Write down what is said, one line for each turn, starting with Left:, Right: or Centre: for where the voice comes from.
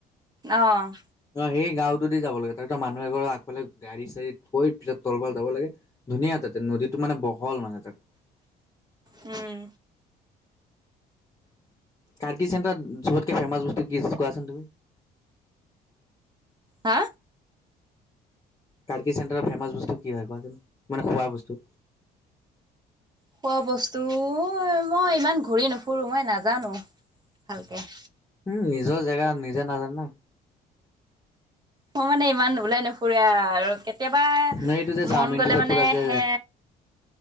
Right: অ,
Left: ন সেই গাঁওতো দি যাব লাগে তাৰপিছ মানুহ এগৰ আগালে গাডী চড়ী থৈ পিছত তলফাল যাব লাগে। ধুনীয়া তাত, নদীতটো মানে বহল মানে তাত
Right: উম,
Left: কাৰ্গি চেণ্টাৰত চবতকে ফেমাছ বস্তু কি কোৱা আচোন তুমি?
Right: হা?
Left: কাৰ্গি চেণ্টাৰৰ ফেমাচ বস্তু কি হয় কোৱাচোন, মানে খোৱা বস্তু?
Right: খোৱা বস্তু মই ইমান ঘূৰি নুফুৰোঁ মই নাজানো ভালকে।
Left: উম, নিজৰ জেগা নিজে নাজানা?
Right: মোৰ মানে ইমান ওলাই নুফুৰো আৰু কেতিয়াবা
Left: ন এইটো যে চাওমিনটো
Right: মন গলে
Left: যে
Right: মানে
Left: পুৰা যে
Right: হে